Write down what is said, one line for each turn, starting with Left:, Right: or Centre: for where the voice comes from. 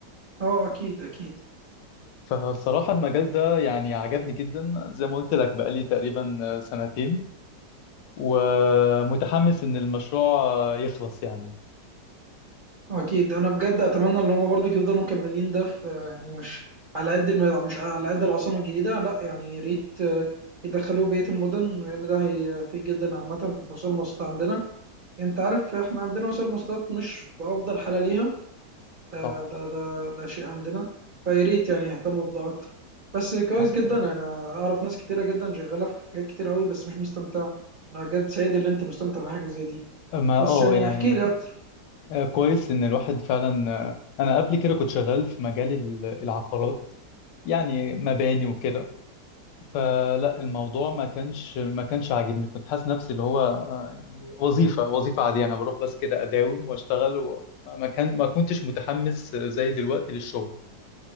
Right: اه اكيد اكيد
Left: فالصراحة المجال ده يعني عجبني جدا زي ما قلت لك بقالي تقريبا سنتين ومتحمس إن المشروع يخلص يعني
Right: اكيد انا بجد اتمنى ان هم برضه يفضلوا مكملين ده في يعني مش على قد الم... مش على قد العاصمه الجديده لا يعني يا ريت آه، يدخلوه بقيه المدن لان ده هيفيد جدا عامه في وسائل المواصلات عندنا انت عارف احنا عندنا وسائل المواصلات مش بافضل حاله ليها ده
Left: صح
Right: ده ده, ده شيء عندنا فيا ريت يعني يهتموا بده اكتر بس كويس
Left: حتى
Right: جدا انا اعرف ناس كتيره جدا شغاله في حاجات كتير قوي بس مش مستمتعه انا بجد سعيد ان انت مستمتع بحاجه زي دي
Left: ما
Right: بس
Left: اه
Right: يعني
Left: يعني
Right: احكي لي اكتر
Left: آه، كويس إن الواحد فعلا آه، أنا قبل كده كنت شغال في مجال ال- العقارات يعني مباني وكده فلا الموضوع ما كانش ما كانش عاجبني كنت حاسس نفسي اللي هو آه، يعني وظيفة وظيفة عادية أنا بروح بس كده أداوم وأشتغل وما كان ما كنتش متحمس زي دلوقتي للشغل